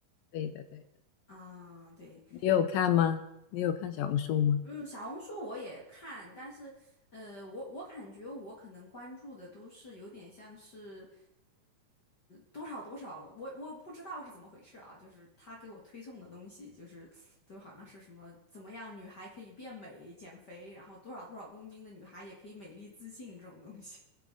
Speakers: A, on the left; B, on the left.
A: 对的，对的。
B: 啊，对，
A: 你有看吗？你有看小红书吗？
B: 嗯，小红书我也看，但是，呃，我我感觉我可能关注的都是有点像是。多少多少，我我不知道是怎么回事啊，就是他给我推送的东西，就是都好像是什么怎么样女孩可以变美、减肥，然后多少多少公斤的女孩也可以美丽自信这种东西，